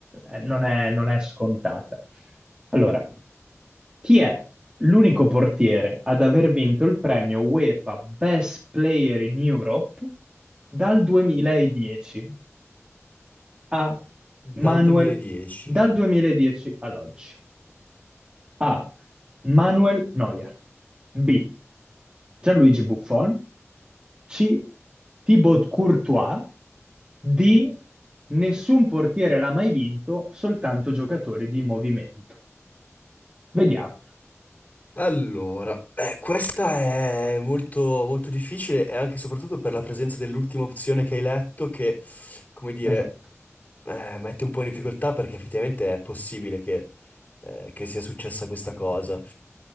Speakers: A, on the right; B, on the left.
A: eh, non è, non è scontata. Allora, chi è l'unico portiere ad aver vinto il premio UEFA Best Player in Europe dal 2010 a
B: Dal
A: Manuel,
B: 2010.
A: dal 2010 ad oggi? A. Manuel Neuer. B. Gianluigi Buffon. C. Thibaut Courtois. D. Nessun portiere l'ha mai vinto, soltanto giocatori di movimento. Vediamo.
B: Allora, eh, questa è molto, molto difficile e anche e soprattutto per la presenza dell'ultima opzione che hai letto che, come dire,
A: Esatto.
B: eh, mette un po' in difficoltà perché effettivamente è possibile che, eh, che sia successa questa cosa.